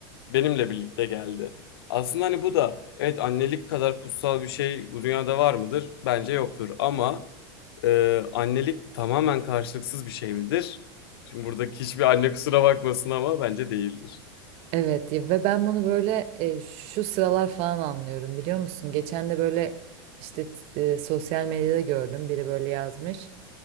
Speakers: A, on the left; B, on the right.
A: benimle birlikte geldi. Aslında hani bu da evet annelik kadar kutsal bir şey bu dünyada var mıdır? Bence yoktur ama ee, annelik tamamen karşılıksız bir şey midir? Şimdi buradaki hiçbir anne kusura bakmasın ama bence değildir.
B: Evet ya ve ben bunu böyle e, şu sıralar falan anlıyorum biliyor musun? Geçen de böyle işte t- e, sosyal medyada gördüm biri böyle yazmış.